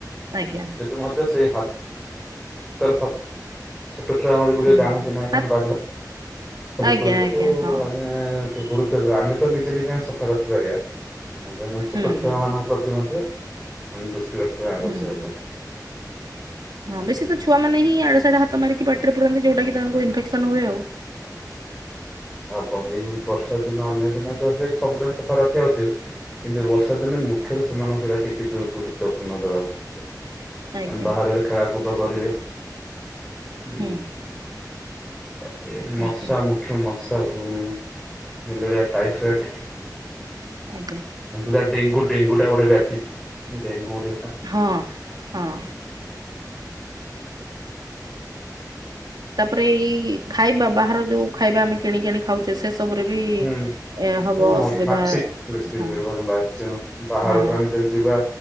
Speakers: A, on the right (about 70°); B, in the centre.
A: ଆଜ୍ଞା
B: ଏବେ ମଧ୍ୟ ସେଇ ହାତ ତୋର ତ ଛୋଟ ଛୁଆ ଗୁଡିକ
A: ହୁଁ।
B: ଜାଣନ୍ତି ନାହିଁ ସେମାନେ
A: ହା
B: ବାଲି ଫାଲି
A: ଆଜ୍ଞା
B: ପୁରେଇବେ
A: ଆଜ୍ଞା
B: ଓ
A: ହଁ
B: ଆମେ ଟିକେ ଗୁରୁତ୍ୱ ଦେବା ଆମେ ତ ନିଜେ ନିଜେ ଆସ ସଫା ରଖିପାରିବା ଆଗେ ଆମେ ଛୋଟ
A: ହୁଁ
B: ଛୁଆ
A: ହୁଁ
B: ମାନଙ୍କ ପ୍ରତି ମଧ୍ୟ ଆମେ ଦୃଷ୍ଟି ରଖିବା ଆବଶ୍ୟକ
A: ହୁଁ
B: ପଡିଥାଏ।
A: ହଁ ବେଶୀ ତ ଛୁଆମାନେ ହିଁ ଆଡେ ସାଡେ ହାତ ମାରିକି ପାଟିରେ ପରାନ୍ତି ଯୋଉଟା କି ତାଙ୍କୁ ଇନଫେକ୍ସନ ହୁଏ ଆଉ।
B: ବହି ବର୍ଷା ଦିନ ଅନ୍ୟ ଦିନ ତ ସେ ସବୁଦିନ ସଫା ରଖିବା ଉଚିତ କିନ୍ତୁ ବର୍ଷା ଦିନେ ମୁଖ୍ୟତଃ ସେମାନଙ୍କୁ ସେଇଟା ଟିକେ ଦୁର୍ ଗୁରୁତ୍ୱପୂର୍ଣ୍ଣ ଦେବାକୁ
A: ଆଜ୍ଞା
B: କାରଣ ବାହାର ରେ ଖେଳ କୁଦ କରିବେ <unintelligible>
A: ହୁଁ।
B: ହଁ ମସା
A: ଆଜ୍ଞା
B: ମୁଖ୍ୟ ମସା ଭୁମ୍ ମ୍ୟାଲେରିଆ ଟାଇଫଏଡ୍
A: ଆଜ୍ଞା।
B: ଜା ଡେଙ୍ଗୁ ଡେଙ୍ଗୁ ଟା ଗୋଟେ ବ୍ୟାପିଚି ଡେଙ୍ଗୁ ଗୋଟେ
A: ହଁ ହଁ। ତାପରେ ଏଇ ଖାଇବା ବାହାର ଯୋଉ ଖାଇବା ଆମେ କିଣିକି ଆଣି ଖାଉଛେ ସେ- ସବୁରେ ବି
B: ହୁଁ
A: ଏ ହବ ଅସୁବିଧା
B: ମାଛି ବେଶୀ
A: ହଁ
B: ବାହାରକୁ
A: ହଁ
B: ଆମେ ଯଦି ଯିବା